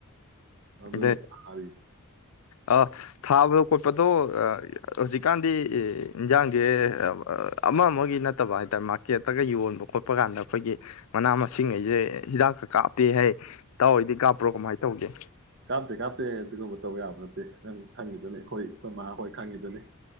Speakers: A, on the right; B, on the left.
A: ꯑꯗꯨ
B: ꯑꯗꯩ
A: ꯊꯥꯔꯤ
B: ꯑ ꯊꯥꯕꯗ ꯈꯣꯠꯄꯗꯣ ꯍꯧꯖꯤꯛꯀꯥꯟꯗꯤ ꯏꯟꯖꯥꯡꯁꯦ ꯑꯃ ꯑꯃꯒꯤ ꯅꯠꯇꯕ ꯍꯥꯏꯇꯥꯔꯦ ꯃꯥꯔꯀꯦꯠꯇꯒ ꯌꯣꯟꯕ ꯈꯣꯠꯄ ꯀꯥꯟꯗ ꯑꯩꯈꯣꯏꯒꯤ ꯃꯅꯥ ꯃꯁꯤꯡꯈꯩꯁꯦ ꯍꯤꯗꯥꯛꯀ ꯀꯥꯞꯄꯦ ꯍꯥꯏ ꯇꯥꯎꯗꯤ ꯀꯥꯞꯄ꯭ꯔꯣ ꯀꯃꯥꯏꯅ ꯇꯧꯒꯦ
A: ꯀꯥꯞꯇꯦ ꯀꯥꯞꯇꯦ ꯑꯗꯨꯒꯨꯝꯕ ꯇꯧꯕ ꯌꯥꯕ ꯅꯠꯇꯦ ꯅꯪ ꯈꯪꯉꯤꯗꯨꯅꯤ ꯑꯩꯈꯣꯏ ꯑꯩꯈꯣꯏ ꯃꯥ ꯍꯣꯏ ꯈꯥꯡꯉꯤꯗꯨꯅꯤ